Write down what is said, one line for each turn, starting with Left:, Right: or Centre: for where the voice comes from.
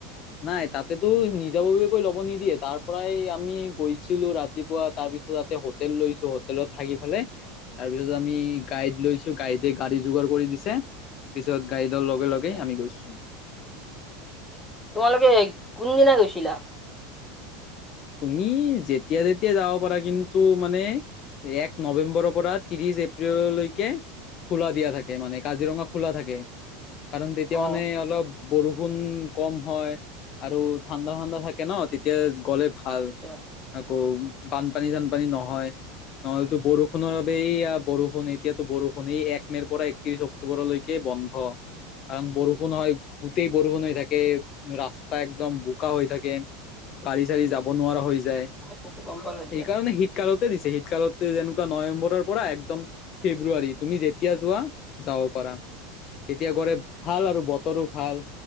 Left: নাই তাতেতো নিজাববীয়াকৈ ল'ব নিদিয়ে, তাৰ পৰাই আমি গৈছিলো ৰাতিপুৱা তাৰপিছত তাতে হোটেল লৈছো হোটেলত থাকি ফেলাই তাৰপিছত আমি গাইড লৈছো, গাইডে গাড়ী যোগাৰ কৰি দিছে। পিছত গাইডৰ লগে লগেই
Centre: আচ্ছা,
Left: আমি গৈছো।
Centre: তোমালোকে কোনদিনা গৈছিলা?
Left: তুমি যেতিয়া যেতিয়াই যাব পাৰা কিন্তু মানে এক নৱেম্বৰৰ পৰা ত্ৰিশ এপ্ৰিললৈকে খোলা দিয়া থাকে মানে কাজিৰঙা খোলা থাকে, কাৰণ তেতিয়া
Centre: অ
Left: মানে অলপ বৰষুণ কম হয়, আৰু ঠাণ্ডা ঠাণ্ডা থাকে ন তেতিয়া গ'লে। ভাল
Centre: আচ্ছা
Left: আকৌ বানপানী চানপানী নহয়। নহলেতো বৰষুণৰ বাবে এইয়া বৰষুণ এতিয়াটো বৰষুণ এই এক মেৰ পৰাই ত্ৰিশ অক্টোবৰলৈকে বন্ধ। কাৰণ বৰষুণ হয়, গোটেই বৰষুণ হৈ থাকে ৰাস্তা একদম বোকা হৈ থাকে। গাড়ী চাড়ি যাব নোৱাৰা হৈ যায়।
Centre: আচ্ছা, গম পালো দিয়া
Left: সেইকাৰণে শীতকালতে দিছে, শীতকালতে যেনেকুৱা নৱেম্বৰৰ পৰা একদম ফেব্ৰুুৱাৰী তুমি যেতিয়া যোৱা যাব পাৰা তেতিয়া, গলে ভাল আৰু বতৰো ভাল